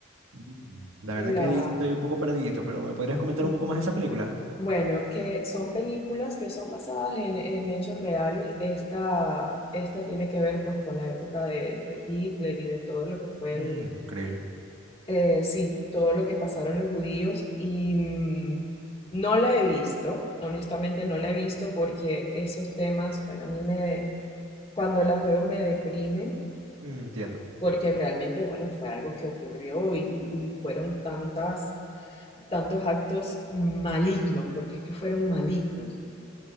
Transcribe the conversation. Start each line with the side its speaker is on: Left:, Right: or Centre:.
Right: Mm, La verdad
Left: La,
Right: que ahí estoy un poco perdido, pero ¿me podrías comentar
Left: mm,
Right: un poco más de esa película?
Left: Bueno, que son películas que son basadas en, en hechos reales. Esta, esta tiene que ver pues con la época de, de Hitler y de todo lo que fue
Right: Mm,
Left: el,
Right: increíble.
Left: eh, sí, todo lo que pasaron los judíos. Y mm, no la he visto, honestamente no la he visto porque esos temas, bueno, a mí me, cuando las veo me deprime
Right: Mm, entiendo.
Left: porque realmente, bueno, fue algo que ocurrió y, y y fueron tantas, tantos actos malignos, porque es que fueron malignos